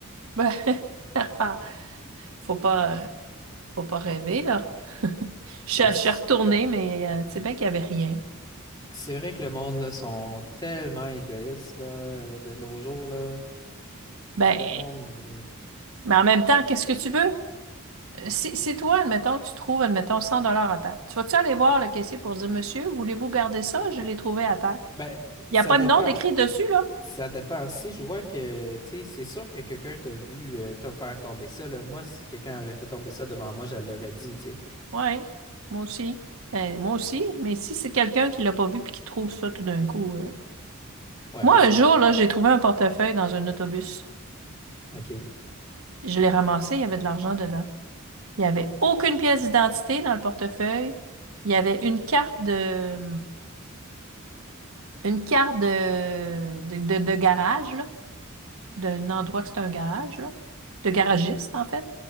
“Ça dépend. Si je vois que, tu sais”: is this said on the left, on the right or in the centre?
Left